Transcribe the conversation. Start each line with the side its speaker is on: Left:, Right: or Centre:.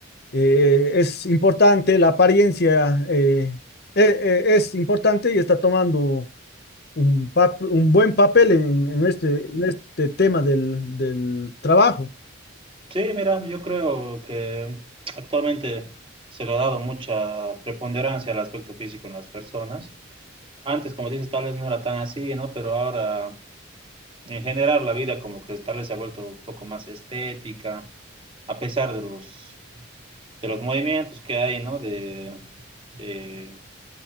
Left: eh, es importante, la apariencia eh, e- e- es importante y está tomando un, pap- un buen papel en, en este, en este tema del, del trabajo.
Right: Sí, mira, yo creo que actualmente se le ha dado mucha preponderancia al aspecto físico en las personas. antes, como dices, tal vez no era tan así, ¿no? Pero ahora, en general, la vida como que tal vez se ha vuelto un poco más estética, a pesar de los, de los movimientos que hay, ¿no? De, de-